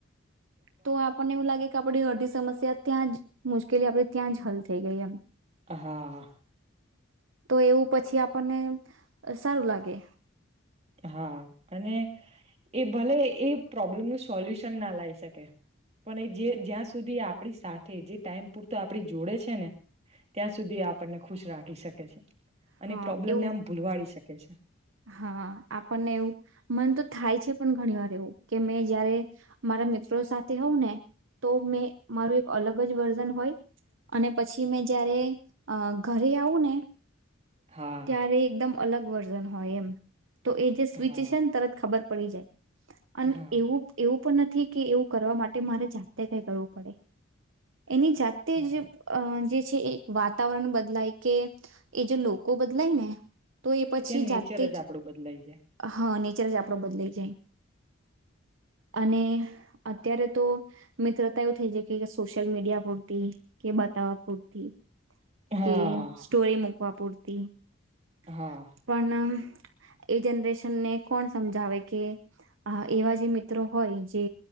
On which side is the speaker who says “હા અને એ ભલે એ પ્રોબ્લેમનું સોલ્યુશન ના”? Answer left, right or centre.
Right